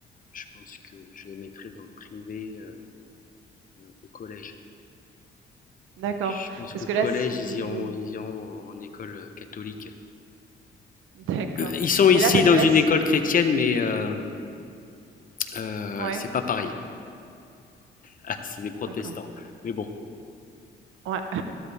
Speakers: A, on the left (about 45°); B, on the right (about 85°).
A: je pense que je les mettrai dans le privé euh, euh, au collège.
B: d'accord.
A: Je pense
B: Parce
A: qu'au
B: que
A: collège,
B: là, si...
A: ils iront, ils iront en, en école euh, catholique.
B: <laughs> D'accord.
A: Euh, Ils sont ici
B: Et là, parce
A: dans
B: que là,
A: une
B: si...
A: école chrétienne, mais euh, euh,
B: Ouais,
A: c'est pas pareil. <laughs> Ah, c'est des protestants.
B: d'accord.
A: Mais bon.
B: Ouais.